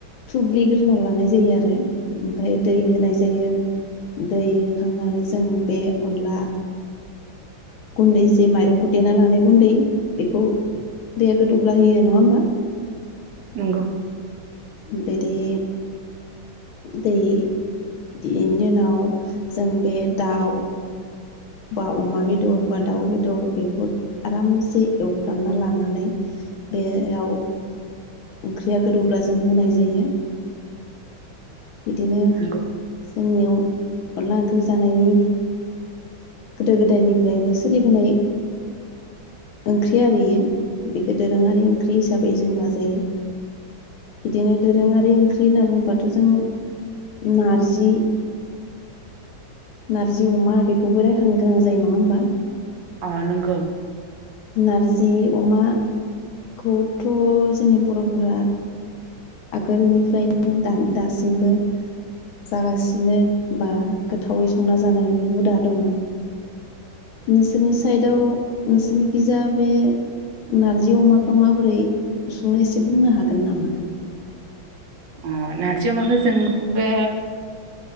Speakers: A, on the left; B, on the right.
A: थुब्लिग्रोना लानाय जायो आरो ओमफ्राय दै होनाय जायो दै होखांनानै जोङो बे अनला गुन्दै जे माइरंखौ देना लानाय गुन्दै बेखौ दैया गोदौब्ला होयो नङा होमबा
B: नंगौ
A: बिदि दै बेनि उनाव जों बे दाउ बा अमा बेदर बा दाउ बेदर बेखौ आरामसे एवफ्रामना लानानै बेयाव ओंख्रिया गोदौब्ला जों होनाय जायो बिदिनो
B: नंगौ
A: जोंनियाव अनला ओंख्रि जानायनि गोदो गोदायनिफ्रायनो सोलिबोनाय ओंख्रि आरो इयो बेखौ दोरोङारि ओंख्रि हिसाबै जों लाजायो बिदिनो दोरोङारि ओंख्रि होनना बुङोबाथ' जों नारजि नारजि अमा बेखौबो राय सांग्रां जायो नङा होमबा
B: आ नगौ
A: नारजि अमाखौथ' जोंनि बर'फोरा आगोलनिफ्रायनो दासिमबो जागासिनो बा गोथावै संना जानायनि हुदा दङ नोंसोरनि साइदआव नोंसोरनिखिजाया बे नारजि अमाखौ माबोरै संनो एसे बुंनो हागोन नामा
B: ओ नारजि अमाखौ जोंथिंबो